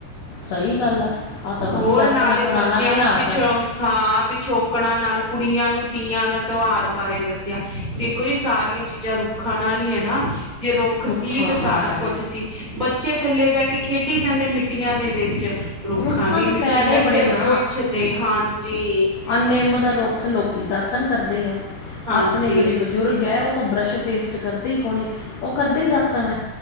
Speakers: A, on the left (about 80°); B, on the right (about 75°).
A: ਸਈ ਗੱਲ ਆ। ਆ ਤਾਂ ਵਧੀਆ
B: ਹੋਰ
A: ਆਪਣਾ
B: ਨਾਲੇ
A: ਪੁਰਾਣਾ
B: ਬੱਚਿਆਂ
A: ਇਤਿਹਾਸ
B: ਨੂੰ ਪਿੱਛੋਂ-
A: ਹੈ
B: ਹਾਂ ਪਿਛੋਕੜਾਂ ਨਾਲ ਕੁੜੀਆਂ ਨੂੰ ਤੀਆਂ ਦਾ ਤੋਆਰ ਬਾਰੇ ਦੱਸਿਆ, ਦੇਖੋ ਜੀ ਸਾਰੀਆਂ ਚੀ- ਜਾਂ ਰੁੱਖਾਂ ਨਾਲ ਈ ਐ ਨਾ, ਜੇ ਰੁੱਖ
A: ਰੁੱਖਾਂ
B: ਸੀ ਤੇ
A: ਨਾਲ
B: ਸਾਰਾ ਕੁੱਛ ਸੀ, ਬ- ਚੇ ਥੱਲੇ ਬੈ ਕੇ ਖੇਡੀ ਜਾਂਦੇ ਮਿੱਟੀਆਂ ਦੇ ਵਿੱਚ।
A: ਰੁੱਖਾਂ
B: ਖਾਂਦੀ
A: ਦੇ
B: ਮਿੱਟੀ
A: ਫਾਇਦੇ
B: ਐ,
A: ਬੜੇ
B: ਫਿਰ
A: ਨਾ
B: ਪੁੱਛਦੇ ਹਾਂਜੀ।
A: ਆ ਨਿੰਮ ਦਾ ਰੁੱਖ ਲੋਕੀ ਦਾਤਨ ਕਰਦੇ ਆ।
B: ਹਾਂਜੀ
A: ਆਪਣੇ ਜੇੜੇ ਬਜ਼ੁਰਗ ਐ ਓ ਤਾਂ ਬਰੱਸ਼ ਪੇਸਟ ਕਰਦੇ ‌ਈ ਕੌਣੀ, ਓ ਕਰਦੇ ਈ ਦਾਤਣ ਐ।